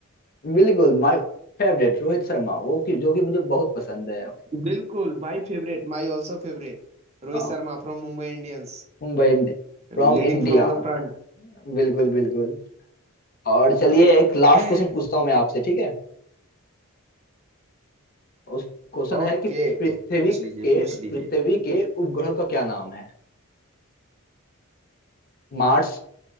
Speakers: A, on the left; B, on the right.
A: बिल्कुल माय फेवरेट रोहित शर्मा वो कि जो कि मुझे बहुत पसंद है
B: बिल्कुल my favourite my also favourite
A: आ,
B: Rohit Sharma from Mumbai Indians
A: मुंबई फ्रॉम
B: leading
A: इंडिया
B: from the front
A: बिल्कुल बिल्कुल और चलिए एक लास्ट
B: <laughs>
A: क्वेश्चन पूछता हूँ मैं आपसे ठीक है उस क्वेश्चन
B: Okay
A: है कि पृथ्वी
B: पूछ लीजिए
A: के
B: पूछ लीजिए
A: पृथ्वी के उपग्रह का क्या नाम है मार्स